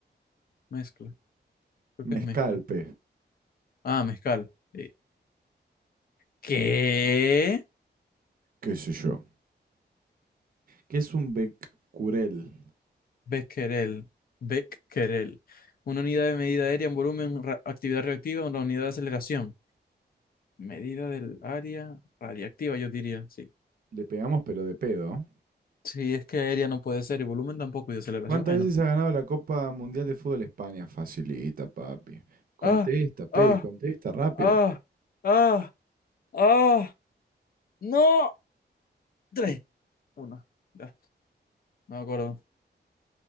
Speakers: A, on the left; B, on the right.
A: mezcla. Creo
B: Mezcal,
A: que es mezcla.
B: pe.
A: Ah, mezcal. Eh, ¿Qué?
B: qué sé yo, que es un Becurel.
A: Becquerel, Becquerel. Una unidad de medida aérea en volumen, ra- actividad reactiva, una unidad de aceleración. Medida del área radiactiva, yo diría, sí.
B: Le pegamos pero de pedo.
A: Sí, es que aérea no puede ser, y volumen tampoco, y de aceleración
B: ¿Cuántas
A: menos.
B: veces ha ganado la Copa Mundial de Fútbol España? Facilita, papi. Contesta,
A: ¡Ah!
B: pez,
A: ¡Ah!
B: contesta rápido.
A: ¡Ah! ¡Ah! ¡Ah! ¡No! Tres. Una. Ya, no me acuerdo.